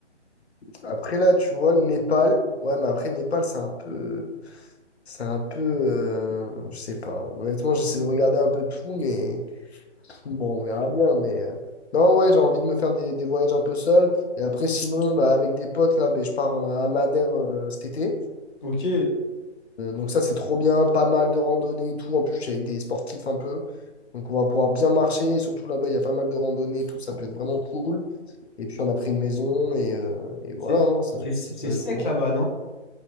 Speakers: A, on the left (about 60°); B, on the left (about 45°).
A: Après là, tu vois, le Népal. Ouais, mais après, Népal, c'est un peu. C'est un peu. euh, je sais pas. Honnêtement, j'essaie de regarder un peu tout, mais. Bon, on verra bien, mais... euh, Non, ouais, j'ai envie de me faire des, des voyages un peu seul. Et après, sinon, bah, avec des potes, là, ben, je pars euh, à Madère euh, cet été.
B: Ok,
A: Euh, donc ça, c'est trop bien, pas mal de randonnées et tout. En plus, je suis avec des sportifs un peu. Donc on va pouvoir bien marcher. Et surtout là-bas, il y a pas mal de randonnées et tout. Ça peut être vraiment cool. Et puis, on a pris une maison et, euh, et voilà,
B: c'est
A: hein, ça va
B: c'est-
A: être,
B: c'est
A: ça va
B: sec
A: être vraiment...
B: là-bas,
A: cool.
B: non?